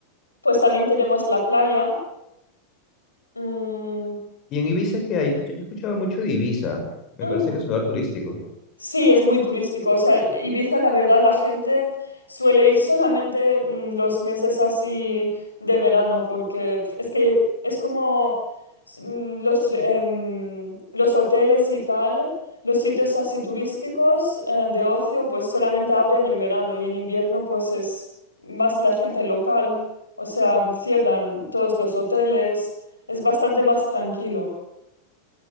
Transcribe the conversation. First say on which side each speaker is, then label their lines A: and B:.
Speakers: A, on the left; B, on the left.
A: pues también tenemos la playa. mm,
B: Y en Ibiza, ¿qué hay? Escucha- yo escuchaba mucho de Ibiza. Me
A: Mm,
B: parece que es un lugar turístico.
A: Sí, es muy turístico. O sea, Ibiza, la verdad, la gente suele ir solamente mm, los meses así de verano, porque pf, es que es como mm, los, em, los hoteles y tal, los sitios así turísticos eh, de ocio, pues solamente abren en verano y en invierno, pues es más la gente local. O sea, cierran todos los hoteles, es bastante más tranquilo.